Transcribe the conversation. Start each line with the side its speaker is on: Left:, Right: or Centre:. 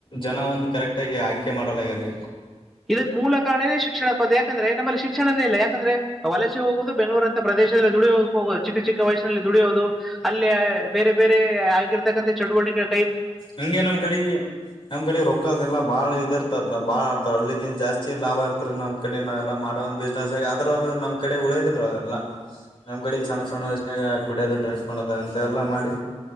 Left: ಜನ ಒಂದ ಕರೆಕ್ಟ್ ಆಗಿ ಆಯ್ಕೆ ಮಾಡಲಗ್ರರಿ
Centre: ಇದಕ್ಕೆ ಮೂಲ ಕಾರಣನೇ ಶಿಕ್ಷಣ ಅ ಯಾಕಂದ್ರೆ ನಮ್ಮಲ್ಲಿ ಶಿಕ್ಷಣನೇ ಇಲ್ಲ ಯಾಕಂದ್ರೆ ವಲಸೆ ಹೋಗುವುದು ಬೆಂಗಳೂರ ಅಂತ ಪ್ರದೇಶ ದೇಶದಲ್ಲಿ ದುಡಿಯೋಕ್ಕೆ ಹೋಗೋುದು ಚಿಕ್ಕ ಚಿಕ್ಕ ವಯಸ್ಸಿನಲ್ಲಿ ದುಡಿಯೋುದು ಅಲ್ಲಿ ಬೇರೆ ಬೇರೆ ಆಗಿರತಕ್ಕಂಥ ಚಟುವಳಿಕಗಳ
Left: ಹಂಗೆ ನಮ್ ಕಡೆಗೆ ನಮ್ ಕಡೆ ರೊಕ್ಕದ ಎಲ್ಲಾ ಬಾಳ ಇದ ಇರ್ತಾರ ಬಾಳ್ ಅಲ್ಲಿಗಿನ್ ಜಾಸ್ತಿ ಲಾಭ ಇರ್ತ ರೀ ನಮ್ಮ ಕಡೆ ನಾವೆಲ್ಲ ಮಾಡೋ ಒಂದ ಬಿಸ್ನೆಸ್ ಆಗ ಆದ್ರರು ಅದು ನಮ್ಮ ಕಡೆ ಉಳೇದಲ್ರಲ್ಲ
Centre: <inaudible>
Left: ನಮ್ ಕಡೆಗ್ ಸಣ್ಣ ಸಣ್ಣ ವಯಸ್ಸಿನಾಗ ಕುಡ್ಯದು ಡ್ರಿಂಕ್ಸ್ ಮಾಡದ ಅಂತೆ ಎಲ್ಲ ಮಾಡಿ